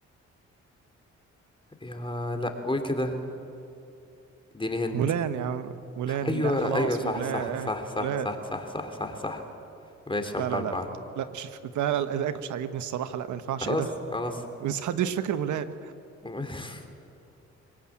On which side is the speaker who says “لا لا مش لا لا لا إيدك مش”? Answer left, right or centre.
Right